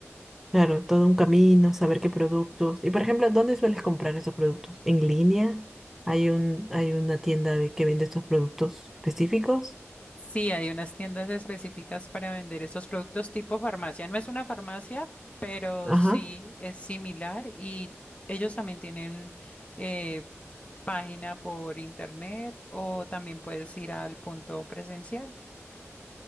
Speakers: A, in the centre; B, on the left.
A: Claro, todo un camino, saber qué productos. Y por ejemplo, ¿dónde sueles comprar esos productos? ¿En línea? ¿Hay un, hay una tienda de que vende estos productos específicos?
B: Sí, hay unas tiendas específicas para vender esos productos tipo farmacia. No es una farmacia, pero
A: Ajá.
B: sí es similar y ellos también tienen eh, página por internet o también puedes ir al punto presencial.